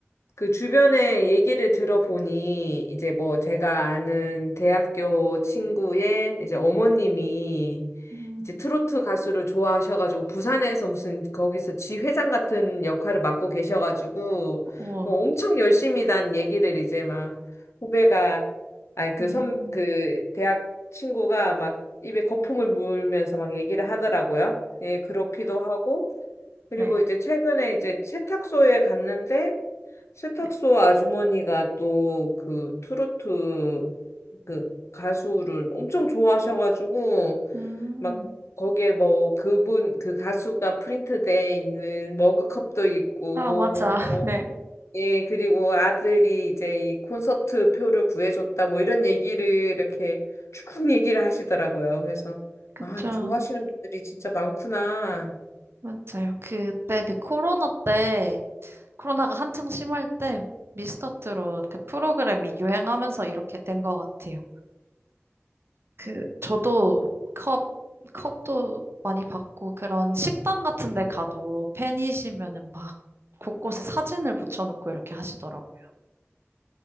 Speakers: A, on the left; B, on the right.
A: 그 주변에 얘기를 들어보니 이제 뭐 제가 아는 대학교 친구의 이제 어머님이
B: 음,
A: 이제 트로트 가수를 좋아하셔가지고 부산에서 무슨 거기서 지회장 같은 역할을 맡고 계셔가지고
B: 어머.
A: 뭐 엄청 열심히 단 얘기를 이제 막 후배가 아니 그
B: 음,
A: 선, 그 대학 친구가 막 입에 거품을 물면서 막 얘기를 하더라고요. 예, 그렇기도 하고 그리고
B: 네.
A: 이제 최근에 이제 세탁소에 갔는데 세탁소
B: 네.
A: 아주머니가 또 그 트로트 그 가수를 엄청 좋아하셔가지고
B: 음,
A: 막 거기에 뭐 그분 그 가수가 프린트돼 있는 머그컵도 있고
B: 아, 맞아. <laughs>
A: 뭐,
B: 네.
A: 예 그리고 아들이 이제 이 콘서트 표를 구해줬다 뭐 이런 얘기를 이렇게 쭉 얘기를 하시더라고요. 그래서
B: 그쵸.
A: 아, 좋아하시는 분들이 진짜 많구나.
B: 맞아요. 그때 그 코로나 때 코로나가 한창 심할 때 미스터트롯 그 프로그램이 유행하면서 이렇게 된 것 같아요. 그 저도 컵 컵도 많이 받고 그런 식당 같은 데 가도 팬이시면은 막 곳곳에 사진을 붙여놓고 이렇게 하시더라고요.